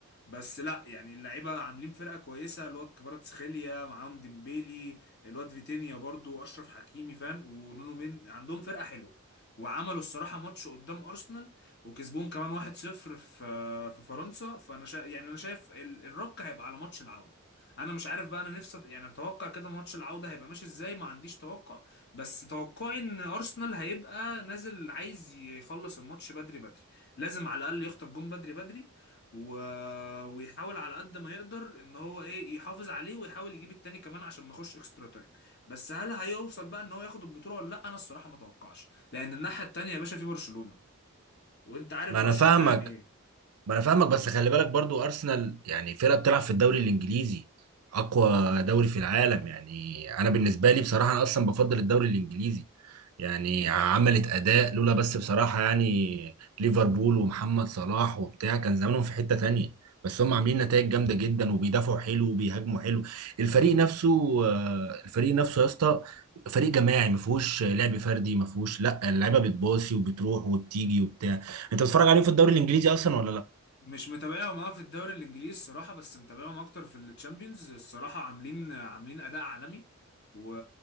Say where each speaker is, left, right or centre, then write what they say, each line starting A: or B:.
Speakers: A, on the left; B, on the right.
A: بس لا يعني اللعيبه عاملين فرقه كويسه الواد كفاراتسخيليا معاهم ديمبيلي الواد فيتينيا برضو اشرف حكيمي فاهم ونونو مين عندهم فرقه حلوه وعملوا الصراحه ماتش قدام ارسنال وكسبوهم كمان 1-0 في في فرنسا فانا شا... يعني انا شايف ال- الرك هيبقى على ماتش العوده انا مش عارف بقى انا نفسي أت- يعني اتوقع كده ماتش العوده هيبقى ماشي ازاي ما عنديش توقع بس توقعي ان ارسنال هيبقى نازل عايز يخلص الماتش بدري بدري لازم على الاقل يخطف جون بدري بدري و... ويحاول على قد ما يقدر ان هو ايه يحافظ عليه ويحاول يجيب التاني كمان عشان ما يخش اكسترا تايم بس هل هيوصل بقى ان هو ياخد البطوله ولا لا انا الصراحه ما اتوقعش لان الناحيه التانيه يا باشا في برشلونه وانت عارف
B: ما
A: برشلونه
B: انا فاهمك
A: يعني ايه
B: ما انا فاهمك بس خلي بالك برضو ارسنال يعني فرقه بتلعب في الدوري الانجليزي اقوى دوري في العالم يعني انا بالنسبه لي بصراحه انا اصلا بفضل الدوري الانجليزي يعني عملت اداء لولا بس بصراحه يعني ليفربول ومحمد صلاح وبتاع كان زمانهم في حته تانية بس هم عاملين نتائج جامده جدا وبيدافعوا حلو وبيهاجموا حلو الفريق نفسه آه، الفريق نفسه يا اسطى فريق جماعي ما فيهوش لعب فردي ما فيهوش لا اللعيبه بتباصي وبتروح وبتيجي وبتاع انت بتتفرج عليهم في الدوري الانجليزي اصلا ولا لا
A: مش متابعهم اه في الدوري الانجليزي الصراحه بس متابعهم اكتر في التشامبيونز الصراحه عاملين عاملين اداء عالمي و...